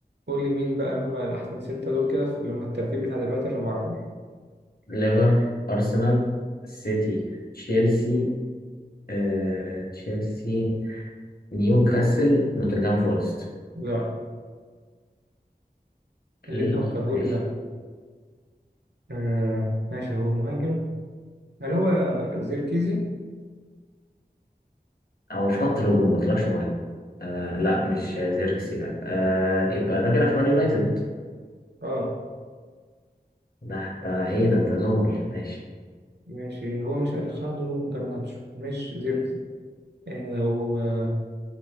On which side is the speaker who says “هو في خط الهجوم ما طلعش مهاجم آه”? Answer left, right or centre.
Left